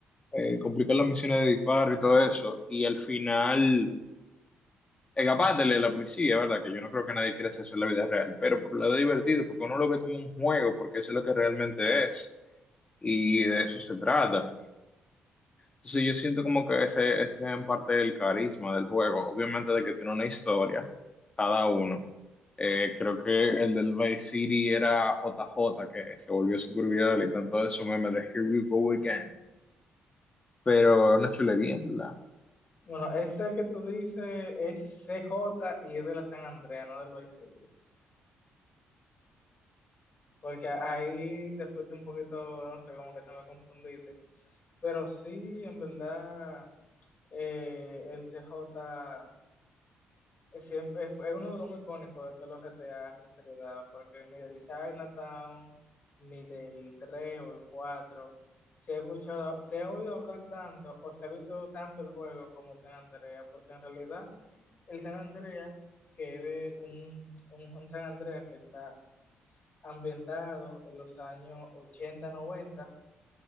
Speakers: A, on the left; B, on the left.
A: eh, complicar las misiones de disparo y todo eso, y al final escapátele a la policía, ¿verdad? Que yo no creo que nadie quiera hacer eso en la vida real, pero por un lado es divertido, porque uno lo ve como un juego, porque eso es lo que realmente es, y de eso se trata. Entonces yo siento como que ese, ese es en parte el carisma del juego, obviamente de que tiene una historia, cada uno. Eh, creo que el del Vice City era J J que se volvió súper viral y tanto de eso meme de Here We Go Again. Pero es una chulería, en ¿verdad?
B: Bueno, ese que tú dices es C J y es de la San Andrea, no del Vice City. Porque ahí te fuiste un poquito, no sé, como que te me confundiste. Pero sí, en verdad, eh, el CJ es, siempre- es- es uno de los muy icónicos de todos los GTA, sinceridad, porque ni del Chinatown, ni del 3 o el 4 se ha escuchado, se ha oído hablar tanto o se ha visto tanto el juego como el San Andrea, porque en realidad el San Andrea, que es un, un San Andrea que está ambientado en los años ochenta noventa